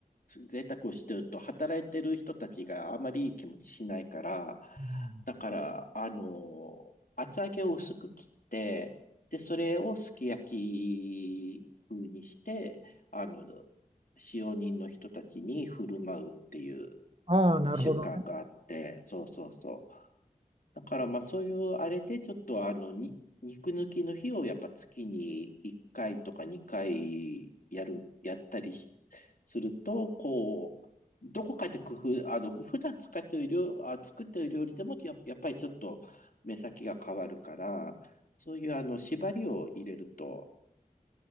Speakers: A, on the left; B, on the right.
A: 贅沢をしてると、働いてる人たちがあまりいい気持ちしないから、
B: うん
A: だから、あの、厚揚げを薄く切って、で、それをすき焼き風にして、あの、使用人の人たちに振る舞うっていう
B: ああ、なるほどね。
A: 習慣があって、そうそうそう。だからまあそういうあれでちょっとあのに肉抜きの日をやっぱ月に1回とか2回やる、やったりしすると、こう、どこかで工夫、あの、普段使っている料、あ、作っている料理でもや、やっぱりちょっと目先が変わるから、そういうあの縛りを入れると